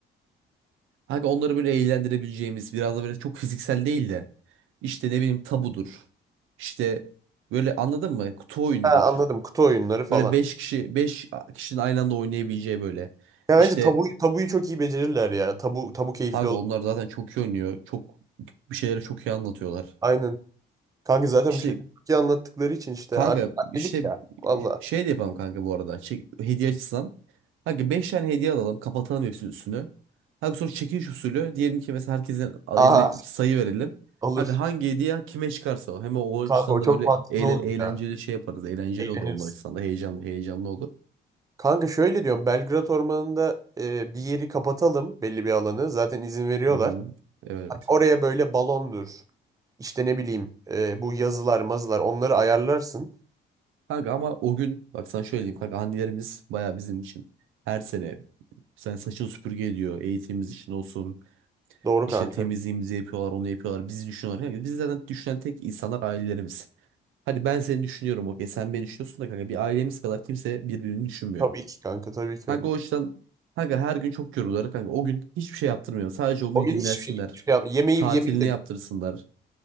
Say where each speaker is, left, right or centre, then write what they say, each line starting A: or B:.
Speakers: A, on the right; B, on the right.
A: Kanka onları böyle eğlendirebileceğimiz biraz da böyle çok fiziksel değil de işte ne bileyim tabudur. İşte böyle anladın mı? Kutu oyunudur.
B: Ha anladım. Kutu oyunları falan.
A: Böyle beş kişi 5 kişinin aynı anda oynayabileceği böyle.
B: Ya
A: İşte
B: bence tabu, tabuyu çok iyi becerirler ya. Tabu tabu keyifli
A: Kanka
B: olur.
A: onlar zaten çok iyi oynuyor. Çok bir şeyleri çok iyi anlatıyorlar.
B: Aynen. Kanka zaten
A: İşte
B: bir şeyler çok iyi anlattıkları için işte
A: kanka
B: anne- annelik
A: işte
B: ya. Vallahi.
A: şey de yapalım kanka bu arada. Çek, hediye açısından. Kanka 5 tane hediye alalım. Kapatalım hepsinin üstünü. Kanka sonra çekiliş usulü. Diyelim ki mesela herkesin
B: Aa
A: eline sayı verelim.
B: olur.
A: Kanka hangi hediye kime çıkarsa o. Hem o
B: Kanka
A: açıdan
B: o çok
A: da böyle
B: mantıklı
A: eğle-
B: oldu
A: eğlenceli
B: ya.
A: şey yaparız. Eğlenceli
B: Eğleniriz.
A: olur onlar açısından da. Heyecanlı, heyecanlı olur.
B: Kanka şöyle diyorum. Belgrad Ormanı'nda e, bir yeri kapatalım belli bir alanı. Zaten izin veriyorlar.
A: Hı hı. Evet.
B: Hani oraya böyle balondur. İşte ne bileyim e, bu yazılar mazılar onları ayarlarsın.
A: Kanka ama o gün bak sana şöyle diyeyim kanka annelerimiz baya bizim için her sene sen saçını süpürge ediyor eğitimimiz için olsun
B: Doğru
A: işte
B: kanka.
A: temizliğimizi yapıyorlar onu yapıyorlar bizi düşünüyorlar kanka bizi zaten düşünen tek insanlar ailelerimiz. Hadi ben seni düşünüyorum okey sen beni düşünüyorsun da kanka bir ailemiz kadar kimse birbirini düşünmüyor.
B: Tabii ki kanka tabii ki
A: Kanka
B: öyle.
A: o yüzden kanka her gün çok yoruluyorlar kanka o gün hiçbir şey yaptırmıyor sadece o
B: O
A: gün
B: gün
A: dinlensinler
B: hiçbir şey, hiçbir şey yap- yemeği
A: tatilini
B: yemeği de
A: yaptırsınlar.